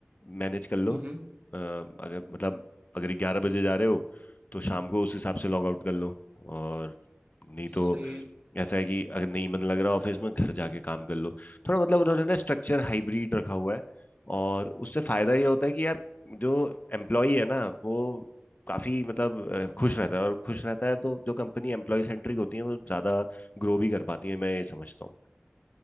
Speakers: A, on the left; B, on the right.
A: मैनेज कर लो
B: हम्म
A: अ,
B: हम्म,
A: अगर मतलब अगर ग्यारह बजे जा रहे हो तो शाम को उस हिसाब से लॉग आउट कर लो और नहीं तो
B: सही है
A: ऐसा है कि अगर नहीं मन लग रहा ऑफिस में घर जाके काम कर लो थोड़ा मतलब उन्होंने ना स्ट्रक्चर हाइब्रिड रखा हुआ है और उससे फायदा ये होता है कि यार जो एम्प्लॉई है ना वो काफी मतलब अ, खुश रहता है और खुश रहता है तो जो कंपनी एम्प्लॉय सेंट्रिक होती है वो ज्यादा ग्रो भी कर पाती है मैं ये समझता